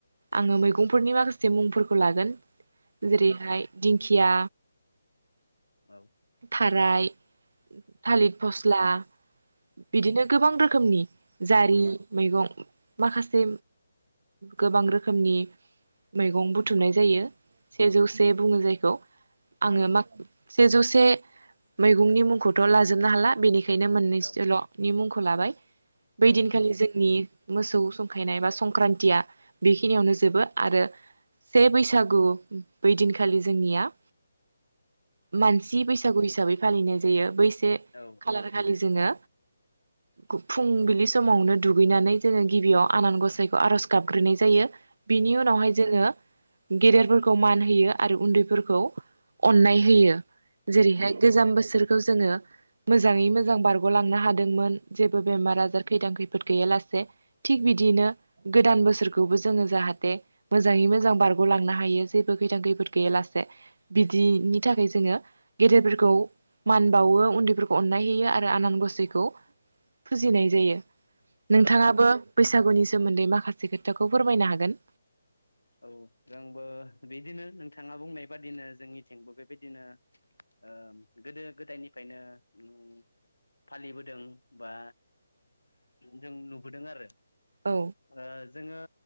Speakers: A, on the right (about 65°); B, on the left (about 85°).
A: आंङो मै गंफोरनि माखासे मुंफोरखौ लागोन जेरैहाय दिंखिया
B: औ।
A: खाराय थालिर फस्ला बिदिनो गोबां रोखोमनि जारि मैगं माखासे गोबां रोखोमनि मैगं बुथुमनाय जायो सेजौसे बुङो जायखौ। आङो
B: औ
A: माख सेजौसे मैगंनि मुंखौथ' लाजोबनो हाला बेनिख बेनो मोननैसेल'नि
B: औ औ
A: मुंखौ लाबाय
B: औ
A: बै दिनखालि जोंनि मोसौ खायनाय बा संक्रान्तिया बेखिनियावनो जोबो आरो से बैसागु बैदिनखालि जोंनिया मान सि बैसागु हिसाबै फालिनाय जायो बै से
B: औ
A: खालारखालि जोङो गु फुंबिलि समावनो दुगैनानै जोङो गिबियाव आनान गसाइखौ आर'ज गाबग्रोनाय जायो। बिनि उनावहाय जोङो गेदेरफोरखौ मान होयो आरो उन्दैफोरखौ अन्नाय होयो। जेरैहाय गोजाम बोसोरखौ जोङो मोजाङै मोजां बारग'लांनो हादोंमोन जेबो बेमार आजार खैदां खैफोद गैयालासे। थिक बिदिनो गोदान बोसोर खौबो जोङो जाहाथे मोजाङै मोजां बारग'लांनो हायो जेबो खैथां खैफोद गैयालासे बि दिनि थाखाय जोङो गेदेरफोरखौ मान बावो उन्दैफोरखौ अननाय होयो आरो आनान गसाइखौ फुजिनाय जायो। नोंथाङाबो
B: नंगौ
A: बैसागुनि सोमोन्दै माखासे खोथाखौ फोरमायनो हागोन।
B: औ जोंबो बिदिनो नोंथाङा बुंनाय बादिनो जोंनिथिंबो बेबायदिनो ओ गोदो गोदायनिफ्रायनो उम फालिबोदों बा जों नुबोदों आरो
A: औ
B: ओ जोङो